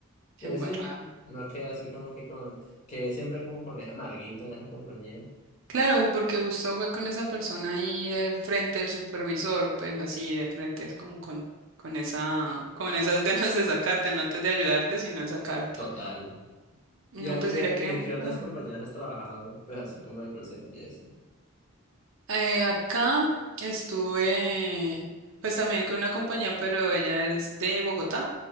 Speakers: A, on the right; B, on the left.
A: qué
B: entonces
A: embarrada.
B: sí, no quedé así como que con, quedé siempre como con esa amarguita en esa compañía.
A: Claro, porque justo fue con esa persona ahí de frente del supervisor, pues así de frente es como con, con esa, con esas <laughs> ganas de sacarte, no antes de ayudarte, sino de sacarte.
B: Total.
A: No,
B: ¿Y, a-
A: pues
B: y,
A: mira
B: a-
A: que
B: y en qué otras
A: a mí-
B: compañías has trabajado? Pues así como de call center y eso.
A: eh, acá estuve pues también con una compañía, pero ella es de Bogotá.